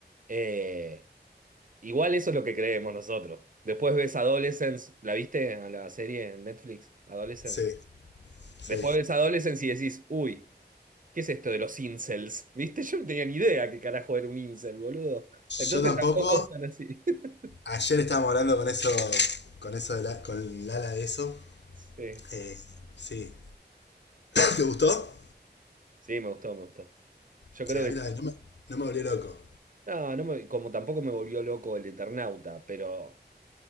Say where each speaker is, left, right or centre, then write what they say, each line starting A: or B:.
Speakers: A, on the right; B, on the left.
A: Eh, igual eso es lo que creemos nosotros. Después ves Adolescence, ¿la viste a la serie en Netflix? Adolescence.
B: Sí, sí.
A: Después ves Adolescence y decís, uy, ¿qué es esto de los incels? <laughs> ¿Viste? Yo no tenía ni idea qué carajo era un incel, boludo. Entonces
B: Yo tampoco.
A: tampoco están así. <laughs>
B: Ayer estábamos hablando con eso, con eso, de la- con Lala de eso.
A: Sí.
B: Eh, sí. ¿Te gustó?
A: Sí, me gustó, me gustó. Yo
B: Sí,
A: creo
B: a
A: que.
B: mí también. No me, no me volvió loco.
A: No, no me- como tampoco me volvió loco el Eternauta, pero